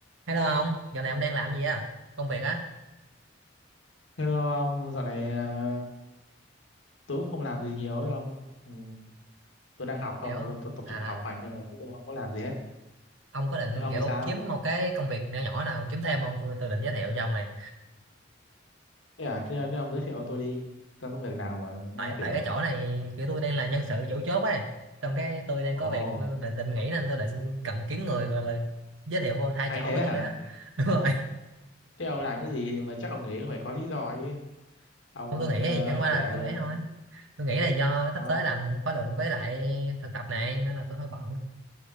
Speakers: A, on the right (about 80°); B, on the left (about 80°).
A: Hello ông, giờ này ông đang làm gì á? Công việc á?
B: Hello ông, dạo này ờ, tôi cũng không làm gì nhiều ấy ông. Ừ, tôi đang học không
A: Kiểu
B: mà tôi tập tập
A: à
B: trung vào học hành nhưng mà chứ tôi không có làm gì hết.
A: ông có định
B: Thế Ông
A: kiểu
B: thì sao?
A: kiếm một cái công việc nhỏ nhỏ nào kiếm thêm không? Tôi tôi định giới thiệu cho ông này.
B: Thế à, thế, thế ông giới thiệu cho tôi đi. Có công việc nào mà nói
A: Tại
B: kiểu
A: tại cái chỗ này kiểu tôi đang là nhân sự chủ chốt ấy. Xong cái tôi đang
B: ồ,
A: có việc nên tôi định, định nghỉ nên tôi định cần kiếm người gọi là giới thiệu vô thay
B: thay
A: chỗ
B: thế
A: của tôi
B: hả?
A: á. <laughs> Đúng rồi.
B: Thế ông làm cái gì thì mà chắc ông nghĩ phải có lý do chứ. Ông
A: Không tôi nghĩ
B: ờ,
A: thì chẳng
B: ông
A: qua
B: kể
A: là
B: ờ,
A: tôi ấy thôi. Tôi nghĩ là do sắp
B: sao?
A: tới làm khóa luận với lại thực tập này nên là tôi hơi bận.